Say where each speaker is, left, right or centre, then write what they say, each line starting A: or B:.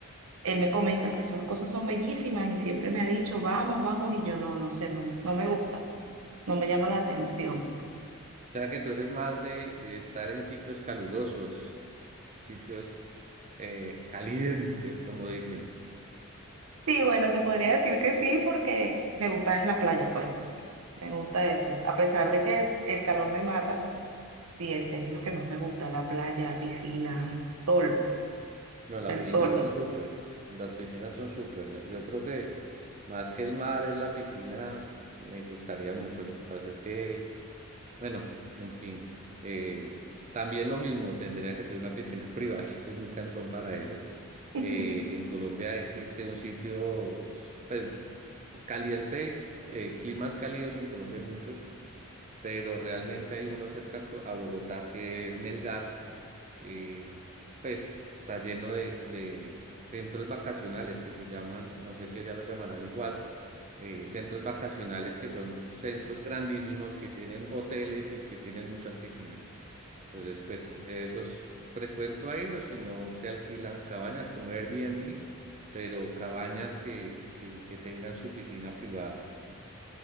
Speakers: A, on the right; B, on the right.
A: él me comenta que esas cosas son bellísimas y siempre me ha dicho, vamos, vamos, y yo no, no sé, no, no me gusta, no me llama la atención.
B: O sea que tú eres más de, de estar en sitios calurosos, sitios eh, calientes, como dicen.
A: Sí, bueno, se podría decir que sí, porque me gusta es la playa, pues, me gusta eso. A pesar de que el calor me mata, sí, ese es lo que más me gusta, la playa, piscina, sol,
B: No, las
A: el
B: piscinas
A: sol.
B: son súper, las piscinas son súper. Yo creo que más que el mar es la piscina, me gustaría mucho. Lo que pasa es que, bueno, en fin, eh, también lo mismo, tendría que ser una piscina <laughs> privada, yo soy muy cansón para eso.
A: <laughs>
B: Eh, en Colombia existe un sitio, pues, caliente, eh, climas cálidos en Colombia hay muchos pero realmente hay uno cerca co- a Bogotá que es Melgar, que pues está lleno de, de centros vacacionales que se llaman, no sé si allá lo llamarán igual, eh, centros vacacionales que son centros grandísimos que tienen hoteles y que tienen muchas piscinas. Entonces, pues esos frecuento a ir o si no, se alquilan cabañas como Airbnb, pero cabañas que, que que tengan su piscina privada.